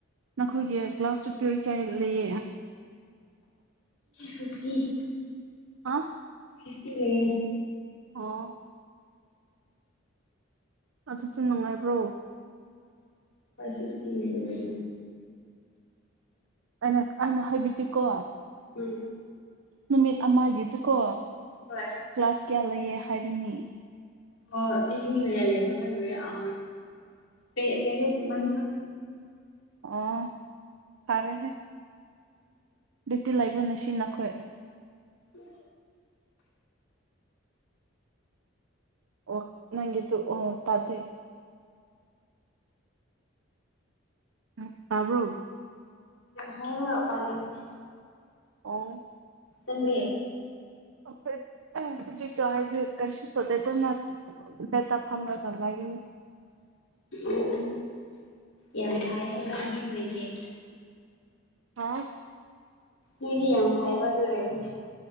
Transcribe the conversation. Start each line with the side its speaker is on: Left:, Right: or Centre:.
Right: ꯅꯈꯣꯏꯒꯤ ꯀ꯭ꯂꯥꯁꯇꯨ ꯄ꯭ꯌꯔꯤ ꯀꯌꯥꯔꯤ ꯂꯩꯌꯦ
Left: ꯐꯐꯇꯤ
Right: ꯑ
Left: ꯐꯤꯐꯇꯤ ꯂꯩꯦ
Right: ꯑꯣ ꯆꯠꯁꯤꯤ ꯅꯨꯡꯉꯥꯏꯕ꯭ꯔꯣ
Left: ꯐꯥꯏꯚ ꯐꯤꯐꯇꯤ ꯂꯩ
Right: ꯑꯩꯅ ꯑꯩꯅ ꯍꯥꯏꯕꯤꯗꯤꯤ ꯀꯣ
Left: ꯎꯝ
Right: ꯅꯨꯃꯤꯠ ꯑꯃꯒꯤꯁꯤꯀꯣ
Left: ꯍꯣꯏ
Right: ꯀ꯭ꯂꯥꯁ ꯀꯌꯥ ꯂꯩꯌꯦ ꯍꯥꯏꯕꯅꯤ
Left: ꯑ ꯑꯩꯗꯤ ꯃꯤ ꯀꯌꯥ ꯂꯩꯕ꯭ꯔꯥ ꯈꯜꯂꯨꯔꯦ ꯑ ꯄꯦ ꯄꯦꯔꯦ ꯃꯔꯤ ꯈ
Right: ꯑꯣ ꯐꯔꯦ ꯍꯦ ꯑꯗꯨꯛꯇꯤ ꯂꯩꯕ꯭ꯔꯣꯅ ꯁꯤ ꯅꯈꯣꯏ
Left: ꯎ
Right: ꯑꯣ ꯅꯪꯗꯨ ꯑꯣ ꯇꯗꯦ ꯎ ꯇꯕ
Left: ꯍ ꯄꯔꯗꯤ
Right: ꯑꯣ
Left: ꯇꯗꯦꯦ
Right: ꯀꯦ ꯑ ꯀ ꯑꯗꯨꯝꯅ ꯍꯦꯠꯇ ꯐꯝꯂꯒ ꯂꯩꯒꯤꯅꯤ
Left: ꯎꯝ ꯌꯥꯝ ꯐꯥꯏꯍ ꯅꯣꯏꯗꯤꯗ ꯑꯣꯏꯗꯤꯦ
Right: ꯍꯥꯎ
Left: ꯃꯦꯔꯤ ꯌꯥꯝꯚꯥꯏꯕ ꯑꯗꯨ ꯌꯥꯗꯤ